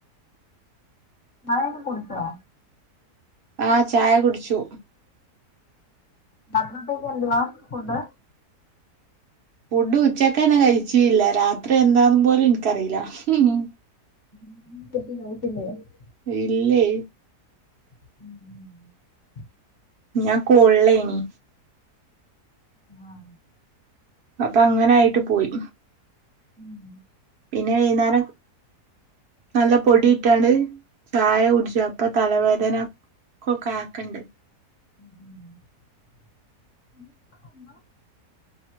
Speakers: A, on the left; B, on the right.
A: ചായയൊക്കെ കുടിച്ചോ
B: ആഹ് ചായ കുടിച്ചു
A: രാത്രി ന് എന്തുവാ ഫുണ്ട്
B: ഫുഡ് ഉച്ചക്കന്നെ കഴിച്ചില്ല രാത്രി എന്താന്ന് പോലും എനിക്കറിയില്ല ഹ്മ് മ്
A: <unintelligible>
B: ഇല്ലയ്
A: ഉം
B: ഞാൻ കോള്ളേയിനി
A: ആഹ്
B: അപ്പൊ അങ്ങനെ ആയിട്ട് പോയി
A: ഉം
B: പിന്നെ വൈകുന്നേരം നല്ല പൊടി ഇട്ടാണ്ട് ചായ കുടിച്ചു അപ്പൊ തലവേദന കൊക്കാക്കണ്ട്
A: ഉം